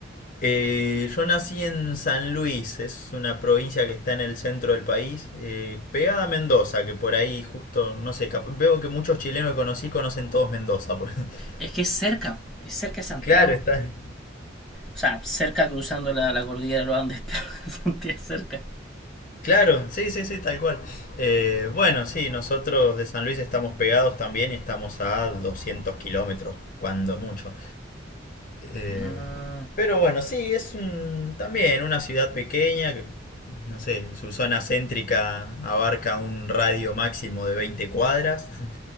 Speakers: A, on the left; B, in the centre.
A: Eh, yo nací en San Luis, es una provincia que está en el centro del país, eh, pegada a Mendoza, que por ahí justo, no sé, cap- veo que muchos chilenos que conocí conocen todos Mendoza. por- <laughs>
B: Es que es cerca, es cerca de Santiago.
A: Claro, está.
B: O sea, cerca cruzando la, la cordillera de los Andes, <laughs> pero Santiago es cerca.
A: Claro, sí, sí, sí, tal cual. Eh, bueno, sí, nosotros de San Luis estamos pegados también y estamos a 200 kilómetros, cuando mucho. Eh,
B: Mm,
A: pero bueno, sí, es un, también una ciudad pequeña que, no sé, en su zona céntrica abarca un radio máximo de 20 cuadras. <laughs>